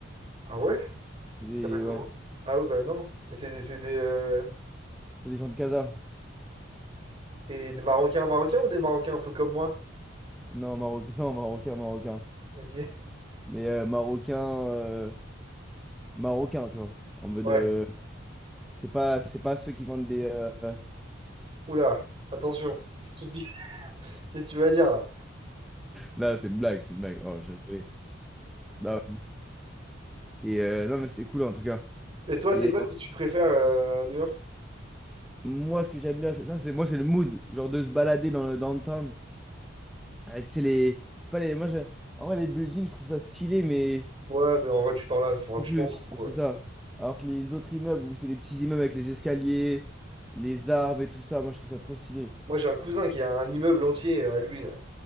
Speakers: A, on the right (about 30°); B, in the centre.
A: Ah ouais?
B: C'est des.
A: Ils s'appellent comment?
B: Ouais,
A: Ah ouais, bah non. Et c'est des, c'est des, euh,
B: c'est des gens de Casa.
A: et des Marocains Marocains ou des Marocains un peu comme moi?
B: Non, Maroc... <laughs> non, Marocain, Marocain.
A: Ok.
B: Mais euh, Marocain, euh, Marocain, tu vois. En mode.
A: Ouais.
B: euh, c'est pas, c'est pas ceux qui vendent des. euh, <laughs> euh,
A: Oula, attention. Qu'est-ce que Tu dis, Qu'est-ce que tu vas dire là?
B: Non, c'était une blague, c'était une blague. Oh, j'ai rigolé. Non, vas-y. et, euh, non, mais c'était cool en tout cas.
A: Et toi,
B: Et
A: c'est quoi
B: euh,
A: ce Ouais. que tu préfères euh, à New York?
B: moi, ce que j'aime bien, c'est ça, c'est moi, c'est le mood. Genre de se balader dans le downtown. Avec, tu sais, les. C'est pas les. Moi, j'ai- en vrai, les buildings, je trouve ça stylé, mais.
A: Ouais, mais en vrai, tu t'en lasses, enfin,
B: En
A: tu
B: plus,
A: t'en fous quoi.
B: c'est ça. Alors que les autres immeubles, où c'est des petits immeubles avec les escaliers, les arbres et tout ça, moi, je trouve ça trop stylé.
A: Moi, j'ai un cousin qui a un immeuble entier euh, à lui là.